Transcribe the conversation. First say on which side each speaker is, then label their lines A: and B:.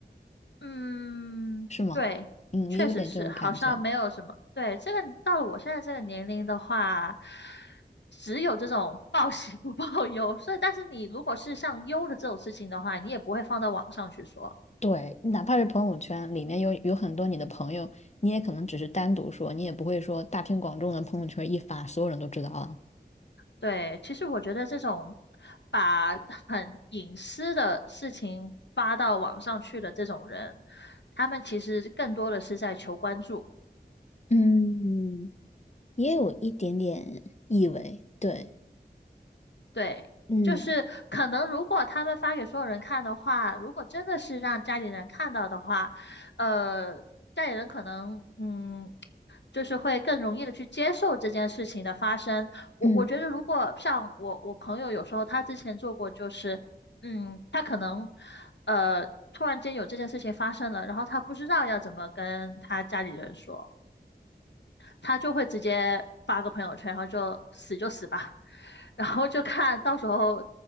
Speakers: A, on the left; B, on the left.
A: 嗯，
B: 是吗？
A: 对，
B: 嗯，
A: 确实是，
B: 也有点这种感觉。
A: 好像没有什么。对，这个到了我现在这个年龄的话，只有这种报喜不报忧。所以，但是你如果是像忧的这种事情的话，你也不会放到网上去说。
B: 对，哪怕是朋友圈里面有有很多你的朋友，你也可能只是单独说，你也不会说大庭广众的朋友圈一发，所有人都知道了。
A: 对，其实我觉得这种把很隐私的事情发到网上去的这种人，他们其实更多的是在求关注。
B: 嗯，也有一点点意味，对，
A: 对，
B: 嗯
A: 就是可能如果他们发给所有人看的话，如果真的是让家里人看到的话，呃，家里人可能嗯，就是会更容易的去接受这件事情的发生。我我觉得，
B: 嗯。
A: 如果像我我朋友有时候他之前做过，就是嗯，他可能呃突然间有这件事情发生了，然后他不知道要怎么跟他家里人说。他就会直接发个朋友圈，然后就死就死吧，<laughs> 然后就看到时候